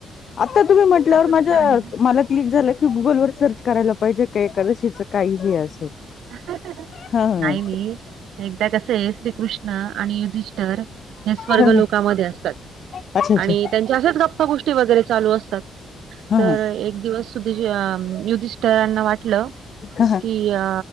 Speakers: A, on the left; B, on the right.
A: आता तुम्ही म्हटल्यावर
B: असं
A: माझ्या
B: पण आहे ना.
A: मला क्लिक झालं, की गुगल वर सर्च करायला पाहिजे का एकादशीचं काही हे असेल.
B: <inaudible>
A: हा.
B: नाही एकदा कसं आहे, श्रीकृष्ण आणि युधिष्ठर हे स्वर्ग
A: हा
B: लोकांमध्ये असतात
A: अच्छा अच्छा
B: आणि त्यांच्या असेच गप्पा गोष्टी वगैरे चालू असतात.
A: हा
B: तर
A: हा
B: एक दिवस सुधेश युधिषठरांना वाटलं
A: हा हा.
B: की अ